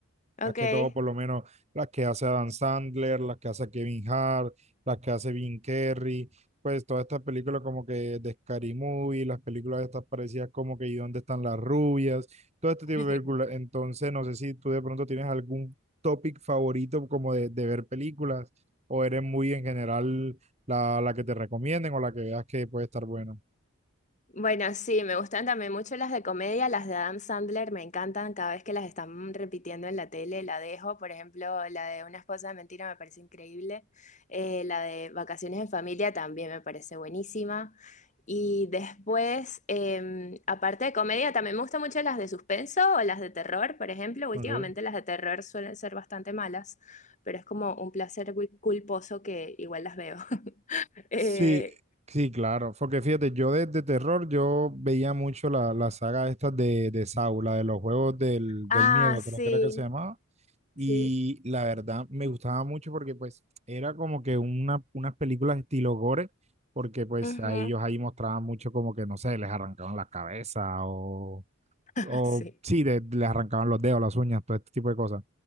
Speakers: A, on the left; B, on the right.
A: Ok.
B: Más que todo, por lo menos, las que hace Adam Sandler, las que hace Kevin Hart, las que hace Vin Kerry, pues todas estas películas como que de Scary Movie, las películas estas parecidas como que ¿Y dónde están las rubias? Todo este
A: <laughs>
B: tipo de películas. Entonces, no sé si tú de pronto tienes algún topic favorito como de, de ver películas o eres muy en general la, la que te recomienden o la que veas que puede estar buena.
A: Bueno, sí, me gustan también mucho las de comedia, las de Adam Sandler, me encantan, cada vez que las están repitiendo en la tele la dejo, por ejemplo, la de Una esposa de mentira me parece increíble, eh, la de Vacaciones en familia también me parece buenísima, y después, em, aparte de comedia, también me gustan mucho las de suspenso o las de terror, por ejemplo, últimamente
B: Ok.
A: las de terror suelen ser bastante malas, pero es como un placer cul- culposo que igual las veo. <laughs> Eh,
B: Sí, sí, claro. Porque fíjate, yo de, de terror, yo veía mucho la, la saga esta de, de Saw, la de los juegos del,
A: ah,
B: del miedo,
A: sí,
B: creo que era que se llamaba.
A: sí.
B: Y la verdad me gustaba mucho porque pues era como que una, unas películas estilo gore, porque pues
A: Ujú,
B: a ellos ahí mostraban mucho como que, no sé, les arrancaban las cabezas o,
A: <laughs>
B: o
A: Sí,
B: sí, de- les arrancaban los dedos, las uñas, todo este tipo de cosas.